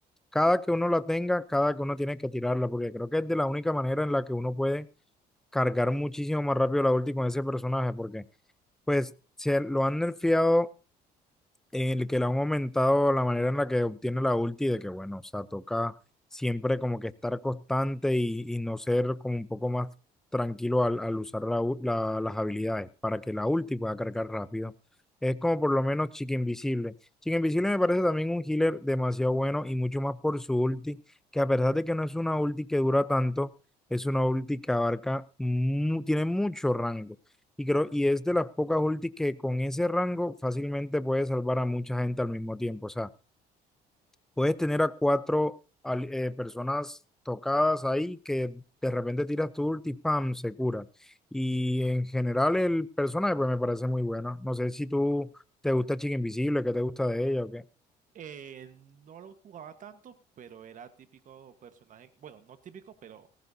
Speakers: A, in the centre; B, on the right (about 50°).
A: cada que uno la tenga, cada que uno tiene que tirarla porque creo que es de la única manera en la que uno puede cargar muchísimo más rápido la ulti con ese personaje porque pues se lo han nerfeado en el que le han aumentado la manera en la que obtiene la ulti, de que bueno, o sea, toca siempre como que estar constante y, y no ser como un poco más tranquilo al, al usar la u- la- las habilidades para que la ulti pueda cargar rápido. Es como por lo menos Chica Invisible. Chica Invisible me parece también un healer demasiado bueno y mucho más por su ulti, que a pesar de que no es una ulti que dura tanto, es una ulti que abarca, mu- tiene mucho rango. Y creo, y es de las pocas ultis que con ese rango fácilmente puedes salvar a mucha gente al mismo tiempo. O sea, puedes tener a cuatro al- eh, personas tocadas ahí que de repente tiras tu ulti, ¡pam! se cura. Y en general el personaje pues me parece muy bueno. No sé si tú te gusta Chica Invisible, qué te gusta de ella o qué.
B: Eh, no lo jugaba tanto, pero era típico personaje, bueno, no típico, pero